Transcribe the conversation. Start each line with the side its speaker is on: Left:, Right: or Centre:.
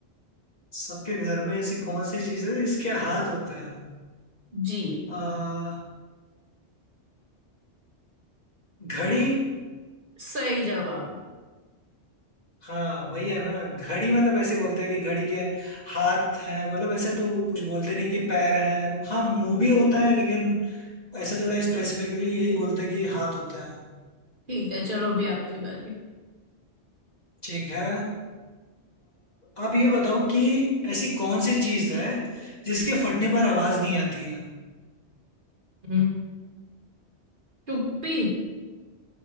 Left: सबके घर में ऐसी कौन सी चीज है इसके हाथ होते हैं
Right: जी
Left: आ, घड़ी
Right: सही जवाब
Left: हाँ वही है ना घड़ी मतलब ऐसे बोलते हैं कि घड़ी के हाथ हैं मतलब ऐसे तो कुछ बोलते नहीं कि पैर हैं हाँ मुंह भी होता है लेकिन ऐसे थोड़ा स्पेसिफिकली यही बोलते हैं कि हाथ होते हैं
Right: ठीक है चलो अभी आपकी बारी
Left: ठीक है अ, आप ये बताओ कि ऐसी कौन सी चीज है जिसके फटने पर आवाज नहीं आती है
Right: हम्म चुप्पी